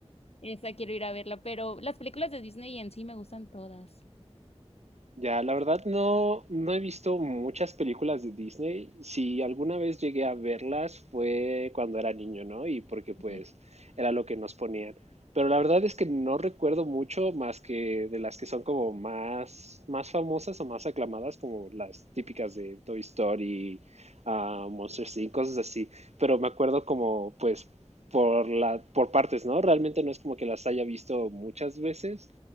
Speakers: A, on the left (about 65°); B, on the right (about 75°).
A: Esa quiero ir a verla, pero las películas de Disney en sí me gustan todas.
B: Ya, la verdad no, no he visto muchas películas de Disney. Si alguna vez llegué a verlas fue cuando era niño, ¿no? Y porque pues
A: Ujú.
B: era lo que nos ponían. Pero la verdad es que no recuerdo mucho más que de las que son como más, más famosas o más aclamadas, como las típicas de Toy Story, ah, Monsters Inc., cosas así. Pero me acuerdo como pues por la, por partes, ¿no? Realmente no es como que las haya visto muchas veces.